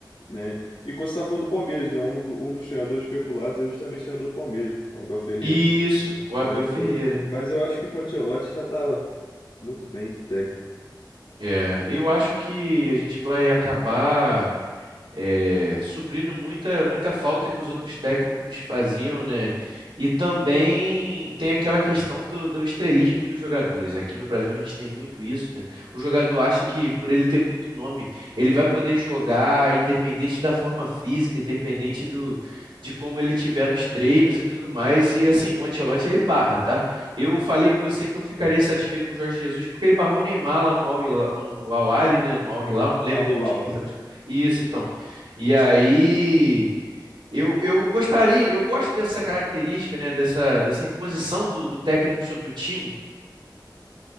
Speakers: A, on the left; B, on the right.
A: né? E quando você tá falando do Palmeiras, né? Um, do- um dos treinadores especulados é justamente o treinador do Palmeiras, né? O Abel Ferreira.
B: isso, o Abel
A: Também
B: Ferreira.
A: foi. Mas eu acho que com o Ancelotti já tá muito bem de técnico.
B: É, eu acho que a gente vai acabar é, suprindo muita, muita falta que os outros técnicos faziam, né? E também tem aquela questão do, do estrelismo dos jogadores. Aqui no Brasil a gente tem muito isso, né? O jogador acha que por ele ter muito nome, ele vai poder jogar independente da forma física, independente do, de como ele tiver nos treinos e tudo mais. E assim, o Ancelotti ele barra, tá? Eu falei com você que eu ficaria satisfeito com o Jorge Jesus porque ele barrou o Neymar lá no Al-Hilal, no Al-Ahly, né? No Al-Hilal, não lembro
A: Ó, o
B: qual
A: Hilal.
B: time que ele estava jogando. Isso, então. E aí eu, eu gostaria, eu gosto dessa característica, né? Dessa, dessa imposição do, do técnico sobre o time.